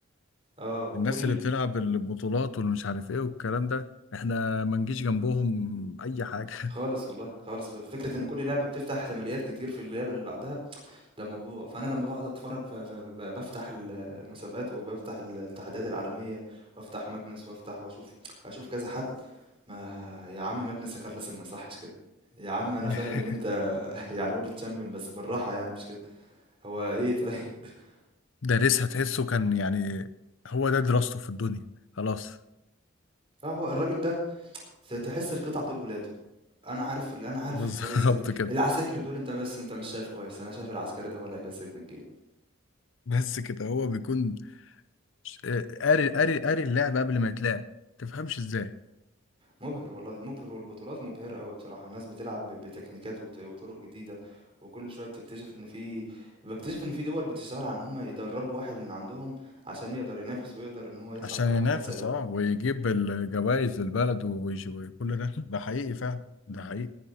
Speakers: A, on the right; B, on the left.
A: اه وكل
B: الناس اللي بتلعب البطولات والمش عارف ايه والكلام ده احنا ما نجيش جنبهم اي حاجه
A: خالص والله خالص فكرة ان كل لعبة بتفتح احتماليات كتير في اللعبة اللي بعدها ده موضوع فانا لما بقعد اتفرج ف- ف- ب- بفتح ال- المسابقات وبفتح الاتحادات العالميه وافتح ماجنس وافتح واشوف اشوف كذا حد ما يا عم ماجنس كارلسن ما يصحش كده يا عم انا
B: <laughs>
A: فاهم ان انت <laughs> يعني وورلد تشامبيون بس بالراحه يعني مش كده هو ايه طيب <laughs>
B: دارسها تحسه كان يعني هو ده دراسته في الدنيا خلاص
A: اه هو الراجل ده ت- تحس القطع دول ولاده انا عارف انا عارف
B: <laughs> بالظبط
A: كويس ال-
B: كده
A: العساكر دول انت بس انت مش شايف كويس انا شايف العسكري ده ولا هيكسبني الجيم
B: بس كده هو بيكون ش- آه، قاري قاري قاري اللعبه قبل ما يتلعب تفهمش ازاي
A: مُبهِر والله، مُبهِر والبطولات مُبهِرة أوي بصراحة، الناس بتلعب ب بتكنيكات وط وطُرُق جديدة، وكل شوية بتكتشف إن في باكتشف إن في دول بتشتغل على إن هم يدرّبوا واحد من عندهم عشان يقدر ينافس ويقدر إن هو يطلع
B: عشان
A: في محفل
B: ينافس
A: زي ده.
B: اه ويجيب الجوائز للبلد ويج- وكل ده ده حقيقي فعلا ده حقيقي